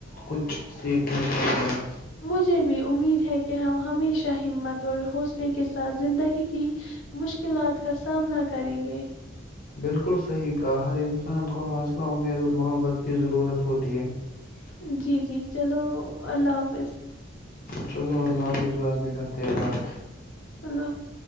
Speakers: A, on the left; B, on the left.
A: کچھ سیکھنا چاہ
B: مجھے بھی امید ہے کہ ہم ہمیشہ ہمت اور حوصلے کے ساتھ زندگی کی مشکلات کا سامنا کریں گے
A: <inaudible>
B: جی جی چلو اللہ حافظ بس <unintelligible>
A: چلو اللہ حافظ بات میں کر تعینات
B: اللو